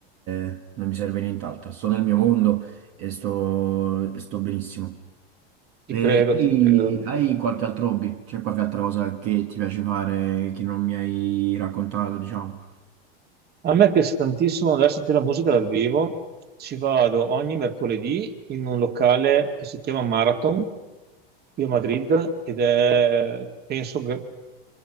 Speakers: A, on the right; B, on the right.
A: e non mi serve nient'altro, sto nel mio mondo e sto, e sto benissimo.
B: Ti
A: E
B: credo,
A: hai,
B: ti credo.
A: hai qualche altro hobby? C'è qualche altra cosa che ti piace fare che non mi hai raccontato, diciamo?
B: A me piace tantissimo andare a sentire la musica dal vivo. Ci vado ogni mercoledì in un locale che si chiama Marathon qui a Madrid ed è, penso,